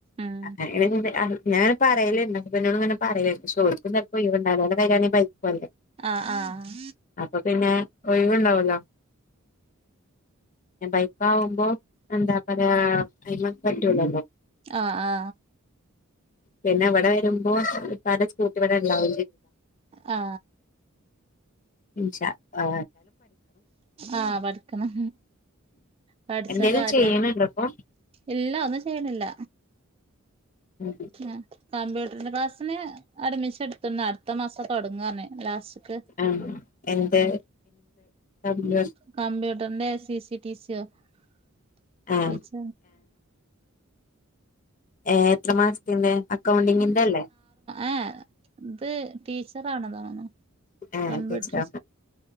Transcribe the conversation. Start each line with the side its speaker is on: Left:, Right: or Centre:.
Right: ഉം
Left: <unintelligible> അ ഞ പറയലണ്ട് ഹസ്ബന്റിനോട് അ ങ്ങനെ പറല പക്ഷെ ഓൽക്കൊന്നും ഒഴിവുണ്ടാവില്ല അ കൈണ പൈക്കല്ലേ <unintelligible>
Right: ആഹ് ആഹ്
Left: അപ്പൊ പിന്നെ ഒഴിവുണ്ടാവല്ലോ ബൈക്ക് ആവും അ എന്താ പറയാ അയ്മ പറ്റുലാല്ലോ
Right: ആ ആ
Left: പിന്നെ ഇവിടെ വരുമ്പോ ഇപ്പാന്റെ സ്കൂട്ടി ഇവിടെ ഉണ്ടാവ
Right: ആ
Left: <unintelligible> ആ
Right: ആ പഠിക്കണം പടിച്ച
Left: എന്തേലും
Right: കാര്യ
Left: ചെയ്യണുണ്ടോ ഇപ്പൊ
Right: ഇല്ല ഒന്നും ചെയ്യണില്ല
Left: ഉം <unintelligible>
Right: ആ കമ്പ്യൂട്ടറിന്റെ ക്ലാസ്സിന് അഡ്മിഷൻ എടുത്തണ്ട് അടുത്ത മാസം തുടങ്ങന്ന ലാസ്റ്റ് ത്ത്
Left: ആഹ് എന്ത് കമ്പ്യൂട്ടർ
Right: കമ്പ്യൂട്ടറിന്റെറെ സി സ ടി സോച്ച
Left: ആഹ് ഏ എത്ര മാസത്തിന്റെ അക്കൗണ്ടിങ്ങിന്റെല്ലേ
Right: ഏ ഇത് ടീച്ചറണ തോന്നുന്നു
Left: ഏഹ്
Right: കമ്പ്യൂട്ടർ
Left: ടീച്ചറാ